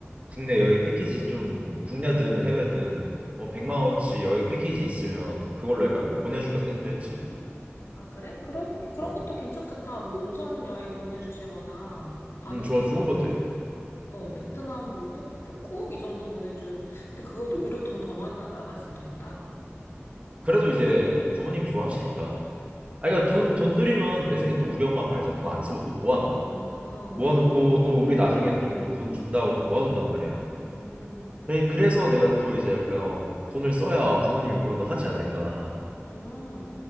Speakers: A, on the right (about 30°); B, on the left (about 65°).
A: 국내
B: 응,
A: 여행 패키지 좀 국내든
B: 응,
A: 해외든 뭐 100만
B: 응,
A: 원어치 여행 패키지 있으면 그걸로
B: 응.
A: 약간 보내줄까 생각도 했지.
B: 아, 그래? 그러고, 그런
A: 어,
B: 것도 괜찮겠다. 뭐, 온천 여행 보내주시거나, 아니면,
A: 음, 좋아, 좋은 것 같아.
B: 어,
A: 음,
B: 베트남 뭐, 푸, 푸꾸옥? 이 정도 보내주, 근데 그것도 오히려 돈 더 많이 나갈 수도 있다.
A: 그래도
B: 그거.
A: 이제 부모님이 좋아하시니까. 아, 그러니까 돈, 돈 들이면 내 생각에 또 우리 엄마 아빠 알잖아. 돈 안 쓰고 또 모아놔.
B: 아, 어,
A: 모아놓고
B: 어.
A: 또 우리 나중에 또 뭐 돈 준다고 또 모아둔단 말이야.
B: 음,
A: 그래,
B: 그치.
A: 그래서 내가 또 이제 약간 어, 돈을 써야 부모님이 뭐라도 하지 않을까.
B: 음.